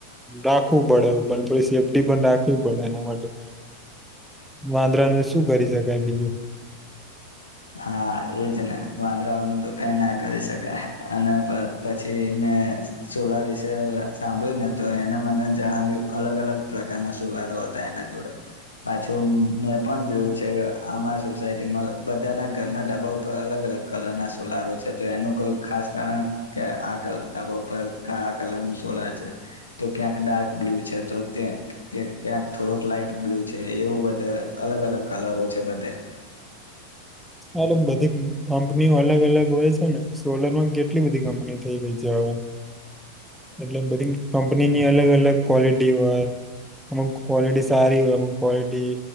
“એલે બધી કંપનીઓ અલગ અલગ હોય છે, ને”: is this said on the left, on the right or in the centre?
Centre